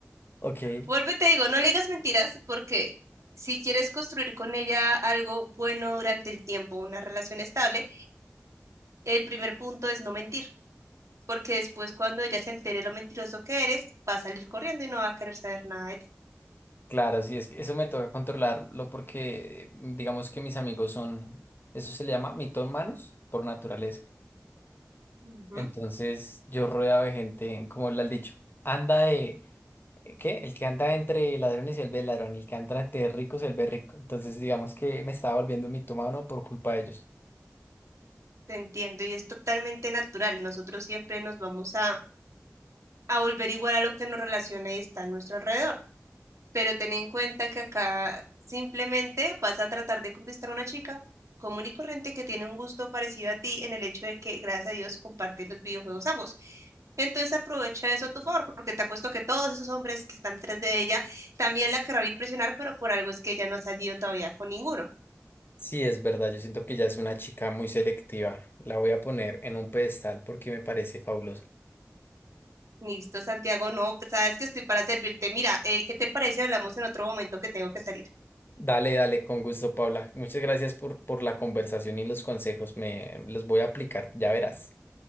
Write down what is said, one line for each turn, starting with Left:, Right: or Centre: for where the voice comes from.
Left: Ok.
Right: Vuelvo y te digo, no le digas mentiras porque si quieres construir con ella algo bueno durante el tiempo, una relación estable, el primer punto es no mentir, porque después cuando ella se entere lo mentiroso que eres, va a salir corriendo y no va a querer saber nada de ti.
Left: Claro, sí, es que eso me toca controlarlo porque digamos que mis amigos son, eso se le llama mitómanos por naturaleza.
Right: Ujú,
Left: Entonces yo rodeado de gente, como le has dicho, anda de, eh, ¿qué? El que anda entre ladrones se vuelve ladrón, y el que anda entre ricos se vuelve rico. Entonces digamos que me estaba volviendo un mitómano por culpa de ellos.
Right: Te entiendo y es totalmente natural. Nosotros siempre nos vamos a, a volver igual a lo que nos relaciona y está a nuestro alrededor. pero ten en cuenta que acá simplemente vas a tratar de conquistar a una chica común y corriente que tiene un gusto parecido a ti en el hecho de que, gracias a Dios, comparten los videojuegos ambos. Entonces aprovecha eso a tu favor, porque te apuesto que todos esos hombres que están detrás de ella también la querrán impresionar, pero por algo es que ella no ha salido todavía con ninguno.
Left: Sí, es verdad, yo siento que ya es una chica muy selectiva. La voy a poner en un pedestal porque me parece fabulosa.
Right: Listo, Santiago, no, sabes que estoy para servirte. Mira, eh, ¿qué te parece? Hablamos en otro momento que tengo que salir.
Left: Dale, dale, con gusto, Paula. Muchas gracias por, por la conversación y los consejos. Me los voy a aplicar, ya verás.